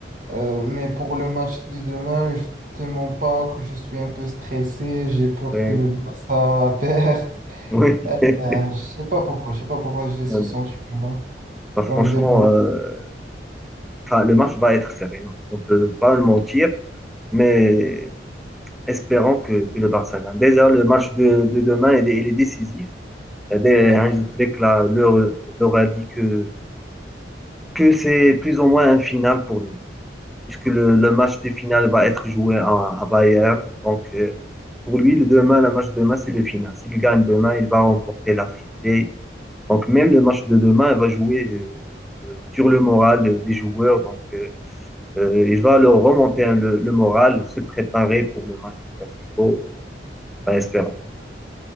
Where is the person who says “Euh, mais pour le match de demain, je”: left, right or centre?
Right